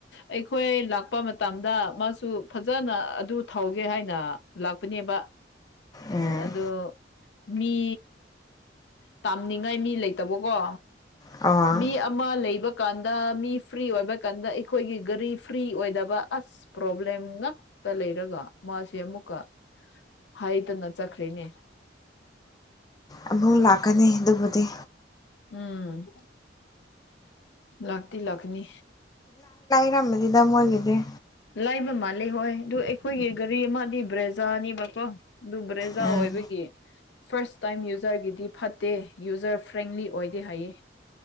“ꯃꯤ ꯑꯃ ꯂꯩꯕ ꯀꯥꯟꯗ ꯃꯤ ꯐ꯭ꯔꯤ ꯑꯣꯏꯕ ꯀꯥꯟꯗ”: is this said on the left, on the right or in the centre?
Left